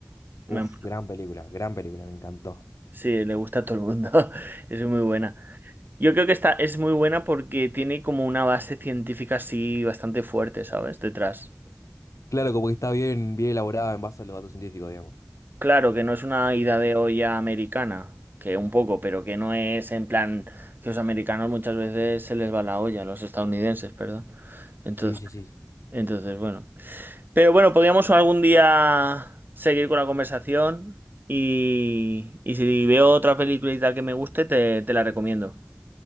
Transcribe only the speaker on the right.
Me-
sí, le gusta a todo el mundo. <laughs> Es muy buena. Yo creo que esta es muy buena porque tiene como una base científica así bastante fuerte, ¿sabes? Detrás.
Claro que no es una ida de olla americana, que un poco, pero que no es en plan que los americanos muchas veces se les va la olla, a los estadounidenses, perdón. Entonces,
entonces, bueno. Pero bueno, podríamos algún día seguir con la conversación y, y si veo otra película y tal que me guste, te, te la recomiendo.